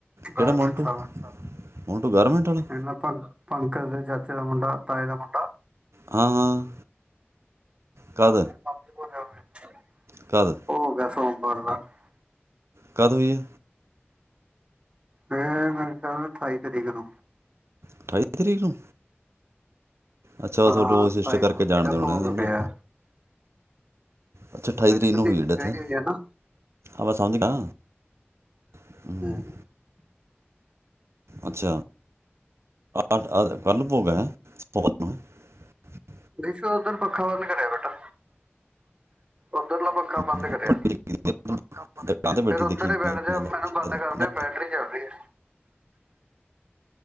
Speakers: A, on the right; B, on the right.
A: ਕਿਹੜਾ
B: ਗਾਰਮੈਂਟਸ
A: ਮੋਂਟੂ
B: ਆਲਾ
A: ਮੋਂਟੂ ਗਾਰਮੈਂਟ ਵਾਲਾ
B: ਇਹਨਾ <unintelligible> ਪੰਕਜ ਦੇ ਚੱਚੇ ਦਾ ਮੁੰਡਾ ਤਾਏ ਦਾ ਮੁੰਡਾ
A: ਹਾਂ ਹਾਂ ਕਦ
B: ਓਹਦੇ ਮੰਮੀ ਪੂਰੇ ਹੋਗੇ <inaudible>
A: ਕਦ
B: ਹੋ ਗਿਆ ਸੋ <unintelligible>
A: ਕਦ ਹੋਈ ਐ
B: ਇਹ ਮੇਰਾ ਖਿਆਲ ਅਠਾਈ ਤਰੀਕ ਨੂੰ
A: ਅਠਾਈ ਤਰੀਕ ਨੂੰ ਅੱਛਾ ਉਹ
B: ਹਾਂ
A: ਤੁਹਾਡੇ ਉਹ
B: ਸਤਾਈ
A: ਸਿਸਟਰ ਕਰਕੇ
B: ਨੂੰ ਮੰਮੀ
A: ਜਾਣ
B: ਦਾ
A: ਦੇਣਾ
B: ਭੋਗ
A: ਹਨਾ
B: ਪਿਆ
A: ਅੱਛਾ ਅਠਾਈ
B: ਮੇਰੀ
A: ਤਰੀਕ
B: ਭਤੀਜੀ
A: ਨੂੰ ਹੋਈ ਐ ਡੈਥ
B: ਵਿਆਹੀ
A: ਹਾਂ
B: ਹੋਈ ਹੈ ਨਾ
A: ਮੈਂ ਸਮਝ ਗਿਆ
B: <unintelligible>
A: ਹੂੰ, ਅੱਛਾ ਅ ਕਾਲੂ ਭੋਗ ਐ <unintelligible>
B: ਬਿਸ਼ੂ ਓਧਰ ਪੱਖਾ ਬੰਦ ਕਰਿਆ ਬੇਟਾ ਉੱਧਰਲਾ ਪੱਖਾ ਬੰਦ
A: ਦੁਕਾਨ
B: ਕਰਿਆ
A: ਤੇ ਬੈਠੀ
B: ਫੇਰ
A: ਦੇਖੀ
B: ਉੱਧਰ
A: ਮੈਨੂੰ
B: ਹੀ ਬੈਠ ਜਾ
A: ਲੱਗਦਾ
B: ਮੈਨੂੰ
A: ਸ਼ਾਇਦ
B: ਬੰਦ ਕਰ
A: ਨਾ
B: ਦਿਓ ਬੈਟਰੀ ਚੱਲ ਰਹੀ ਹੈ